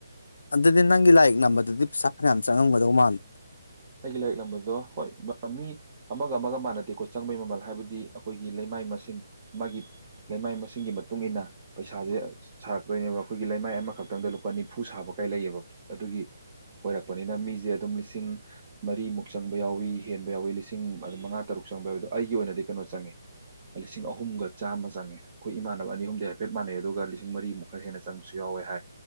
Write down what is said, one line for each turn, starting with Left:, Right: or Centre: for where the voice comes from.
Left: ꯑꯗꯨꯗꯤ ꯅꯪꯒꯤ ꯂꯥꯏꯔꯤꯛ ꯅꯝꯕꯗꯗꯤ ꯄꯩꯁꯥ ꯐꯅꯌꯥꯝ ꯆꯪꯉꯝꯒꯗꯧ ꯃꯥꯜꯂꯤ
Right: ꯑꯩꯒꯤ ꯂꯥꯏꯔꯤꯛ ꯂꯝꯕꯗꯣ ꯍꯣꯏ ꯃꯤ ꯑꯃꯒ ꯑꯃꯒ ꯃꯥꯟꯅꯗꯦꯀꯣ ꯆꯪꯕꯩ ꯃꯃꯜ ꯍꯥꯏꯕꯗꯤ ꯑꯩꯈꯣꯏꯒꯤ ꯂꯩꯃꯥꯏ ꯃꯁꯤꯡ ꯃꯥꯒꯤ ꯂꯩꯃꯥꯏ ꯃꯁꯤꯡꯒꯤ ꯃꯇꯨꯡ ꯏꯟꯅ ꯄꯩꯁꯥꯖ‌ꯦ ꯁꯥꯔꯛꯇꯣꯏꯅꯦꯕ ꯑꯩꯈꯣꯏꯒꯤ ꯂꯩꯃꯥꯏ ꯑꯃꯈꯛ ꯈꯤꯇꯪꯗ ꯂꯨꯄꯥ ꯅꯤꯐꯨ ꯁꯥꯕ ꯀꯩ ꯂꯩꯌꯦꯕ ꯑꯗꯨꯒꯤ ꯑꯣꯏꯔꯛꯄꯅꯤꯅ ꯃꯤꯖ‌ꯦ ꯑꯗꯨꯝ ꯂꯤꯁꯤꯡ ꯃꯔꯤꯃꯨꯛ ꯆꯪꯕ ꯌꯥꯎꯏ ꯍꯦꯟꯕ ꯌꯥꯎꯏ ꯂꯤꯁꯤꯡ ꯑꯗꯨ ꯃꯉꯥ ꯇꯔꯨꯛ ꯆꯪꯕ ꯌꯥꯎꯏ ꯑꯗꯨ ꯑꯩꯒꯤ ꯑꯣꯏꯅꯗꯤ ꯀꯩꯅꯣ ꯆꯪꯉꯦ ꯂꯤꯁꯤꯡ ꯑꯍꯨꯝꯒ ꯆꯥꯝꯃ ꯆꯪꯉꯦ ꯑꯩꯈꯣꯏ ꯏꯃꯥꯟꯅꯕ ꯑꯅꯤ ꯑꯍꯨꯝꯗꯤ ꯍꯥꯏꯐꯦꯠ ꯃꯥꯟꯅꯩ ꯑꯗꯨꯒ ꯂꯤꯁꯤꯡ ꯃꯔꯤꯃꯨꯛ ꯈꯔ ꯍꯦꯟꯅ ꯆꯪꯕꯁꯨ ꯌꯥꯎꯋꯦ ꯍꯥꯏ